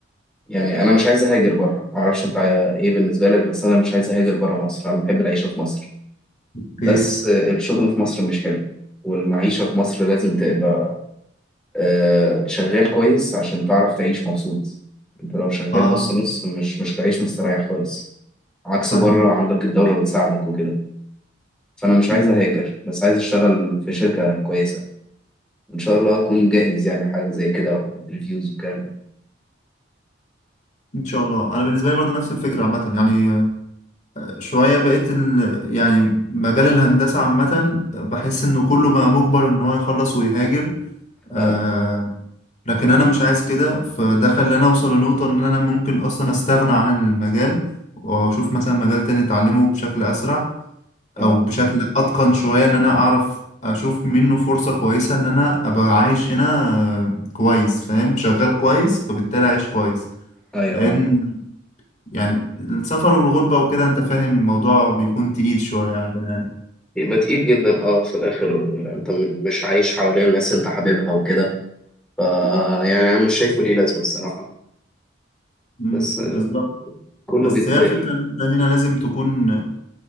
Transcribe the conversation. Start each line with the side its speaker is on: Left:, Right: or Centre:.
Centre: يعني انا مش عايز اهاجر بره معرفش انت ايه بالنسبة لك بس انا مش عايز اهاجر بره مصر انا بحب العيشة في مصر
Left: اوكي
Centre: بس آه، الشغل في مصر مش حلو والمعيشة في مصر لازم تبقى آه، شغال كويس عشان تعرف تعيش مبسوط انت لو شغال
Left: اه
Centre: نص نص مش مش هتعيش مستريح خالص عكس
Left: فاهمك
Centre: بره عندك الدولة بتساعدك وكده فانا مش
Left: مم.
Centre: عايز اهاجر بس عايز اشتغل في شركة كويسة ان شاء الله اكون جاهز يعني حاجة زي كده وانترفيوز والكلام ده
Left: ان شاء الله انا بالنسبه لي برضه نفس الفكره عامه يعني آه، شويه بقيت ال... يعني مجال الهندسه عامه بحس انه كله بقى مجبر ان هو يخلص ويهاجر آه
Centre: اه
Left: لكن انا مش عايز كده فده خلاني اوصل لنقطه ان انا ممكن اصلا استغنى عن المجال واشوف مثلا مجال تاني اتعلمه بشكل اسرع
Centre: اه
Left: او بشكل اتقن شوية ان انا اعرف اشوف منه فرصة كويسة ان انا ابقى عايش هنا كويس فاهم شغال كويس فبالتالي عايش كويس
Centre: ايوه
Left: لان يعني السفر والغربة وكده انت فاهم الموضوع بيكون تقيل شوية على البني ادم
Centre: يبقى تقيل جدا اه في الاخر انت م- مش عايش حوالين الناس اللي انت حاببها وكده ف يعني انا مش شايفه ليه لازمة الصراحة
Left: مم،
Centre: بس آه،
Left: بالظبط
Centre: كله
Left: بس
Centre: بيتغير
Left: هي الفكرة ان انت هنا لازم تكون